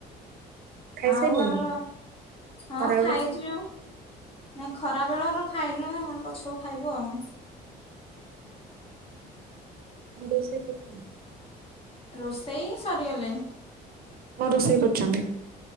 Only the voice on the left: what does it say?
ଆଉ ଆମର ହଁ
ଖାଇଚୁ।
ନାଇଁ ଖରା ବେଳର ଖାଇନଉଁ ପଛକୁ ଖାଇବୁ ଆଉ।
ରୋଷେଇ ସରିଗଲେ।